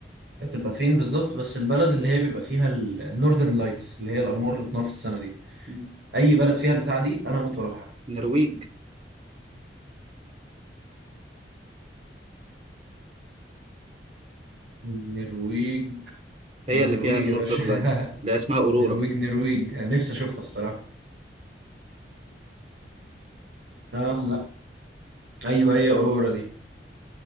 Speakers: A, on the right (about 65°); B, on the right (about 35°).
A: بتبقى فين بالظبط بس البلد اللي هي بيبقى فيها النورذرن لايتس اللي هي الانوار اللي بتنور في السماء دي
B: مم.
A: اي بلد فيها البتاع دي انا موت واروحها
B: النرويج
A: النرويج
B: هي
A: لا النرويج
B: اللي فيها النورذرن
A: يا باشا <laughs>
B: لايتس اللي هي اسمها اورورا
A: نرويج نرويج أنا نفسي اشوفها الصراحه اه لا ايوه هي اورورا دي